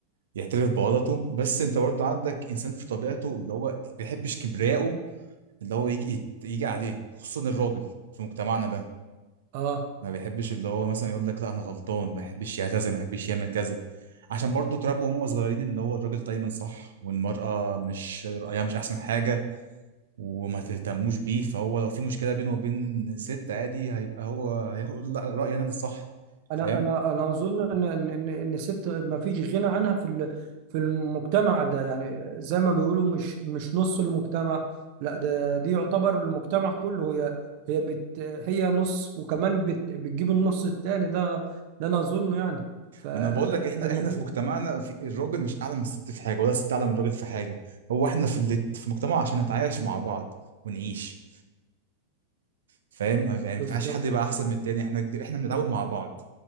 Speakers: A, on the right; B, on the right.
A: يعترف بغلطه بس انت برضه عندك انسان في طبيعته اللي هو بيحبش كبرياءه اللي هو يجي يت- يجي عليه خصوصا الراجل في مجتمعنا ده
B: اه
A: ما بيحبش اللي هو مثلا يقول لك لا انا غلطان ما بيحبش يعتذر ما بيحبش يعمل كذا عشان برضه اتربوا وهم صغيرين ان هو الراجل دايما صح والمرأة مش رأيها مش احسن حاجة وما تهتموش بيه فهو لو في مشكلة بينه وبين ست عادي هيبقى هو هيقول لا رأيي انا اللي صح
B: انا
A: فاهم
B: انا انا اظن ان ان ان إن الست ما فيش غنى عنها في ال- في المجتمع ده يعني زي ما بيقولوا مش مش نص المجتمع لا ده دي يعتبر المجتمع كله هي هي بت هي نص وكمان بت بتجيب النص التاني ده ده انا اظنه يعني فالمفروض
A: ما انا بقول لك احنا احنا في مجتمعنا في الراجل مش اعلى من الست في حاجة ولا الست اعلى من الراجل في حاجة هو احنا في اللي في مجتمع عشان نتعايش مع بعض ونعيش فاهم ما يعني ما ينفعش
B: بالظبط
A: حد يبقى احسن من التاني احنا احنا بنتعاون مع بعض